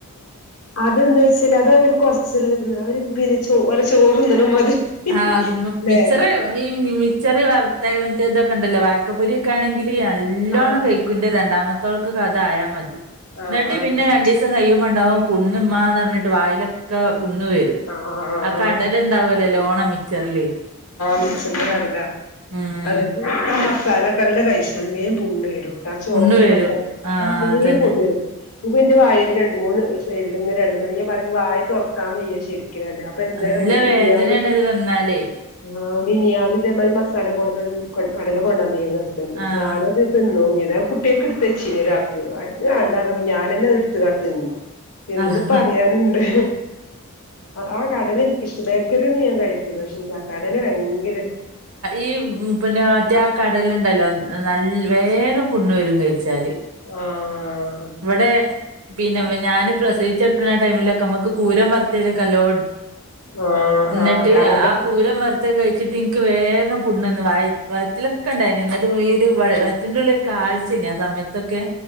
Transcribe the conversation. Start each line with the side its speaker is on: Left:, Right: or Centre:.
Left: അതെന്താ വച്ചല് അത് അവര് കൊറച്ച് അവ പിന്നെ ചോരുന്നമാതിരി മാതിരി
Right: ആഹ അതൊന്ന
Left: ല്ലേ.
Right: മിച്ചറി ഈ മിിച്ചറി വ റ്റ ഇതൊക്കെ ഉണ്ടല്ലോ വായക്കപ്പൊരി ഒക്കെ ആണെങ്കിൽ നല്ലോണം
Left: ആഹ്
Right: കഴിക്കു് രണ്ടാമത്തെ ക്ക് കഥ ആയാ മതി
Left: ആഹ്
Right: എന്നിട്ട്
Left: ആഹ്
Right: പിന്നെ രണ്ടു ദിവസം കഴിയുമുണ്ടാവും പു ണ്ണ്ന്ന് പറഞ്ഞിട്ട് വായിലൊക്കെ പുണ് വരും
Left: ആഹ് ആഹ്
Right: ആ കടലണ്ടാവ വിച്ചറലേ
Left: മിച്ചന്റെ കടല
Right: ഉം
Left: അതെല്ല ചാലക്കടില കഴിച്ചാണ് വേൻ പ പുണ്ണ് വരുംട്ടാ ആ ചോതിരി
Right: പുണ്ണ് വരും
Left: മസാല
Right: ആഹ്
Left: ആ വീൻ
Right: അതന്നെ
Left: പുണ്ണ് വരും ഇപ്പൊ എന്റെ വായൽ രണ്ട മൂന്ന് സൈഡിൽ ഇങ്ങെ രണ്ടുുണ്ട ാ പറഞ്ഞ വായ തുറക്കാൻ വയ്യ ശരി അപ്പൊ എന്തായാലം
Right: നല്ല വേദനയാണ്
Left: ആയാള്
Right: ഇത് വന്നാലേ
Left: ആ മിനിയാന്ന് ഇതേ മതി മസാല കൊടു കടല കൊണ്ടുവന്നിരുന്നു ഹസ്ബൻഡറ്
Right: ആഹ്
Left: ഞാനത്ന്നോന്നി കുട്ടിയൊക്കെ എടുത്തച്ച ഒരാക്ക് കണ്ടാറപ്പ ഞാനന്നെ അത് എടുത്ത് കണ്ട്ത്ത് നിന്നു എന്നത്
Right: ആഹ്
Left: പറയാനുണ്ട് ആ കടല എനിിക്കിഷ്ടം ബേക്കറിൊന്നും ഞാൻ കഴിക്കല പക്ഷെ എനിക്ക് ആ കടൽ ഭയര
Right: ഈ പിന്നെ മറ്റേ കടലുണ്ടല്ലോ നല്ല വേഗം പുണ്ണ് വരും കഴിച്ചാല്
Left: ആ
Right: ഇവിടെ പിന്നെ ഞാൻ പ്രസവിച്ചെടുക്കുന്ന ടൈമിലൊക്കെ നമ്മുക്ക് കൂരം വർത്തൽ കല്ലോ
Left: ആഹ്
Right: എന്നിട്ട്
Left: ആഹ് കടല
Right: ആ കൂരം വ കഴിച്ചിട്ട് എനിക്ക് വേഗം പുടന്ന് വ വറ്റിലൊക്കെ ഉണ്ടായി എന്നട്ട് ഈ ഒരു വറ്റള്ള കാഴ്ചനെ ആ സമയത്തൊക്കെ